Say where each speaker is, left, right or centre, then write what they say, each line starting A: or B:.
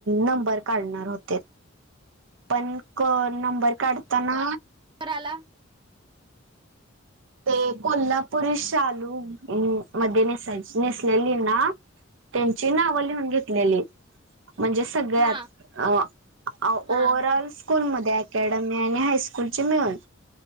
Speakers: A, on the right (about 65°); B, on the right (about 25°).
A: नंबर काढणार होते. पण क नंबर काढताना
B: कराला.
A: ते कोल्हापुरी शालू मध्ये नेसायची नेसलेली ना त्यांची नावं लिहून घेतलेली म्हणजे स सगळ्यात
B: हा
A: ओवरऑल
B: हा
A: स्कूल मध्ये अकडमी आणि हायस्कूल मिळून